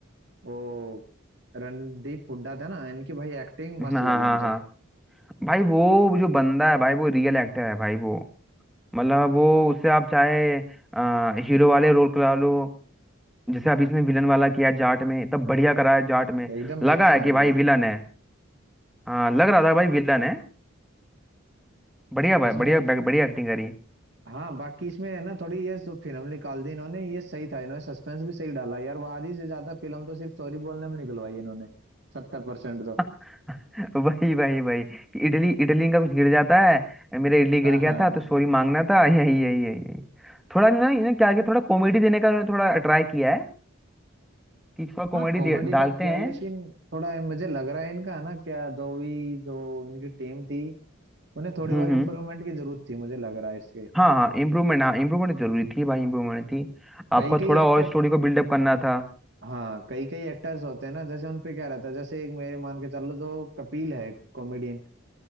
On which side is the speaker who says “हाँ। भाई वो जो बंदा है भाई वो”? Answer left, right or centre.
Centre